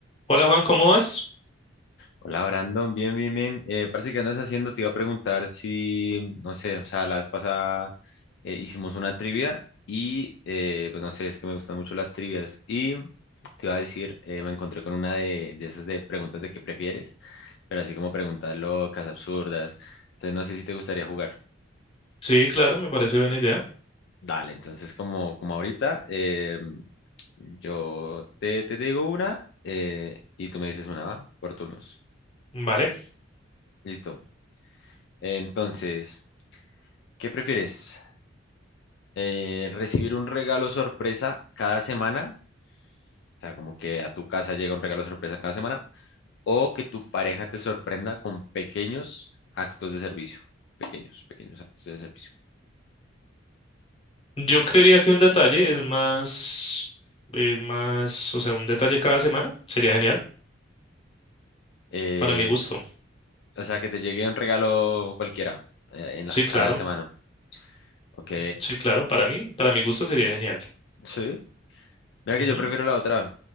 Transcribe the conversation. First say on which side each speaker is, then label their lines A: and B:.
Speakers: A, on the left; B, on the left.
A: Hola Juan, ¿cómo vas?
B: Hola Brandon, bien, bien, bien. Eh, parece que andas haciendo, te iba a preguntar si, no sé, o sea, la vez pasada eh, hicimos una trivia y, eh, pues no sé, es que me gustan mucho las trivias y te iba a decir, eh, me encontré con una de, de esas de preguntas de qué prefieres, pero así como preguntas locas, absurdas. Entonces no sé si te gustaría jugar.
A: Sí, claro, me parece buena idea.
B: Dale, entonces como, como ahorita, eh, yo te, te digo una eh, y tú me dices una, ¿va? Por turnos.
A: Vale.
B: Listo. Entonces... ¿Qué prefieres? Eh, ¿recibir un regalo sorpresa cada semana? O sea, como que a tu casa llega un regalo sorpresa cada semana. ¿O que tu pareja te sorprenda con pequeños actos de servicio? Pequeños, pequeños actos de servicio.
A: Yo creería que un detalle es más, es más, o sea, un detalle cada semana sería genial
B: Eh,
A: para mi gusto.
B: o sea, que te llegue un regalo cualquiera eh, en
A: Sí,
B: la-
A: claro,
B: cada semana. Ok,
A: sí, claro, para mí, para mi gusto sería genial.
B: sí. Mira
A: Ujú,
B: que yo prefiero la otra.